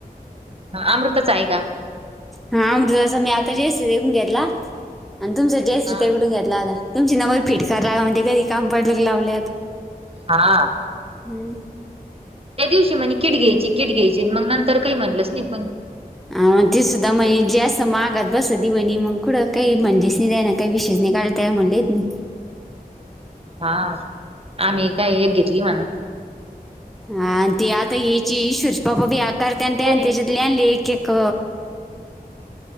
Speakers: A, on the right; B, in the centre.
A: हा अमृतताच ऐका
B: हा अमृताचा मी आता जयश्री ताई कडून घेतला आणि तुमचा जयश्री
A: हा
B: ताई कडून घेतला आता तुमची नंबर फिट करा म्हणजे कधी काम पडलं लावलेत
A: हा
B: हम्
A: त्या दिवशी म्हणे किट घ्यायची किट घ्यायची मग नंतर काही म्हटलंच नाही पण
B: हग ते सुद्धा म्हणजे असं मग आगात बसत दि म्हणी मग कथडं काही म्हणजेस नाही जा ना काही विशेष नाही काढ त्या म्हणलेत मी
A: हा आम्ही काय एक घेतली म्हणा
B: हा आणि ते आता याची <unintelligible> बी आकारत ते
A: कोणी
B: आणि त्याच्या <unintelligible> एक एक